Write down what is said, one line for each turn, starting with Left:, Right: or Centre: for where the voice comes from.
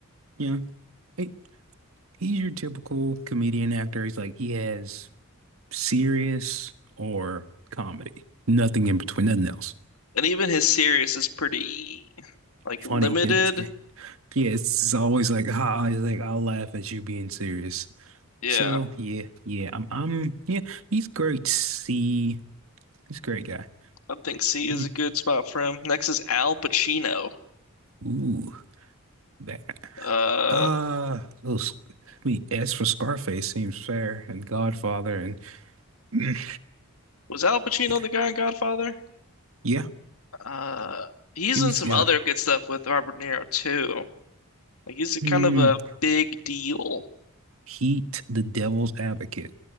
Right: yeah, he- he's your typical comedian actor. He's like, he has serious or comedy, nothing in between, nothing else.
Left: And even his series is pretty like
Right: Funny.
Left: limited.
Right: It's, yeah, it's, it's always like, <laughs> ha, it's like, I'll laugh at you being serious.
Left: Yeah.
Right: So yeah, yeah, I'm, I'm, yeah, he's great. See, he's a great guy.
Left: I think C
Right: Yeah.
Left: is a good spot for him. Next is Al Pacino.
Right: Ooh, that.
Left: Uh,
Right: Uh, those. I mean, as for Scarface, seems fair, and Godfather, and <clears throat> mm,
Left: was Al Pacino
Right: yeah,
Left: the guy in Godfather?
Right: yeah,
Left: Uh, he's
Right: he
Left: in
Right: was
Left: some
Right: yeah.
Left: other good stuff with Robert De Niro too. Like he's a kind
Right: Hmm.
Left: of a big deal.
Right: Heat, The Devil's Advocate,